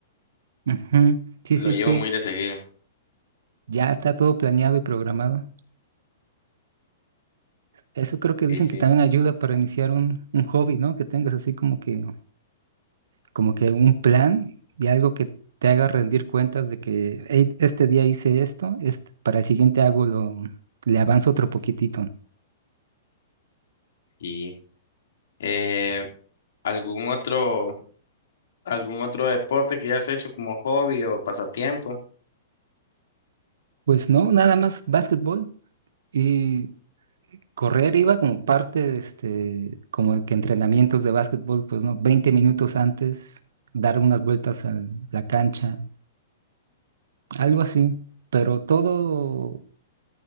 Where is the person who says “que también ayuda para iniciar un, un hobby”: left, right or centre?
Right